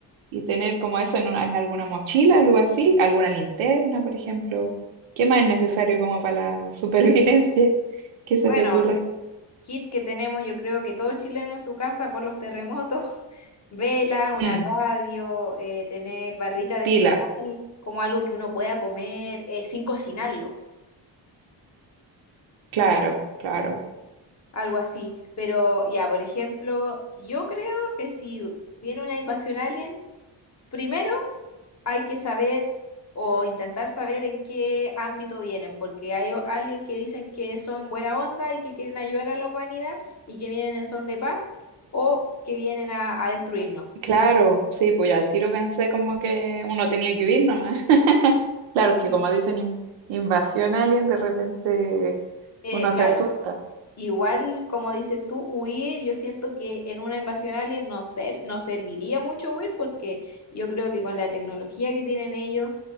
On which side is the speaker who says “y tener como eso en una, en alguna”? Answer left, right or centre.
Right